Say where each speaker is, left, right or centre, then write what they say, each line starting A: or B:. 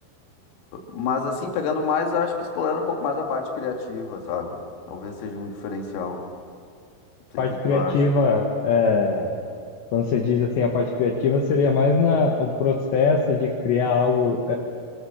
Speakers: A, on the left (about 80°); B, on the left (about 65°).
A: Mas assim, pegando mais, acho que explorando um pouco mais a parte criativa, sabe? Talvez seja um diferencial. Não sei
B: Parte
A: o que que
B: criativa,
A: tu acha.
B: é, quando você diz assim, a parte criativa seria mais na, o processo de criar algo